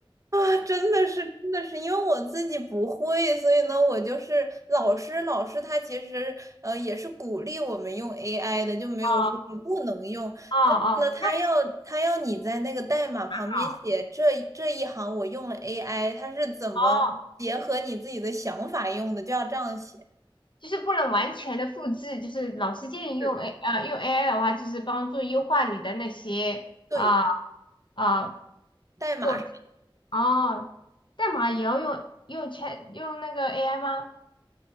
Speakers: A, on the right; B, on the left.
A: 啊，真的是真的是，因为我自己不会，所以呢，我就是老师老师他其实呃也是鼓励我们用 AI 的，就没有说不能用，
B: 哦哦，哦，
A: 那他要他要你在那个代码旁边写这一这一行我用了
B: 太好了
A: AI，他是怎么结合你自己的想法用的，
B: 哦，
A: 就要这样写。
B: 就是不能完全的复制，就是老师建议用
A: 是
B: A 呃用 AI 的话，就是帮助优化你的那些啊
A: 对，
B: 啊、
A: 代码是，
B: 过程哦，代码也要用用 c 用那个 AI 吗？